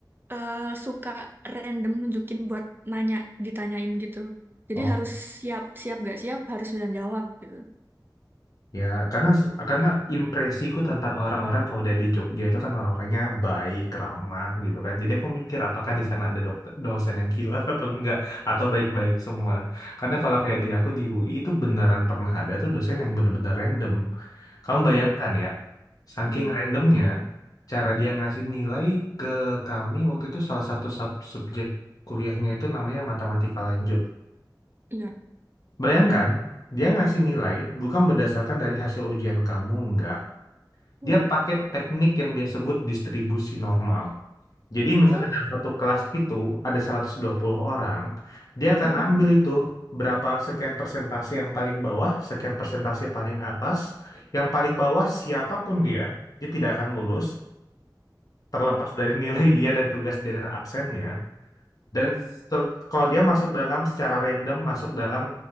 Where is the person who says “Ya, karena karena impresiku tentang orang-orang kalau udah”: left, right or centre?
Left